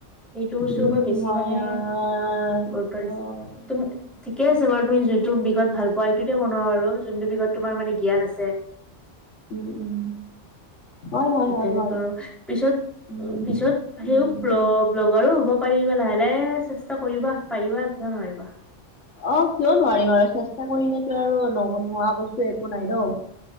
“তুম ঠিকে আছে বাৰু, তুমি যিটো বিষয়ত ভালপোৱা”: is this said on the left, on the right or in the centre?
Centre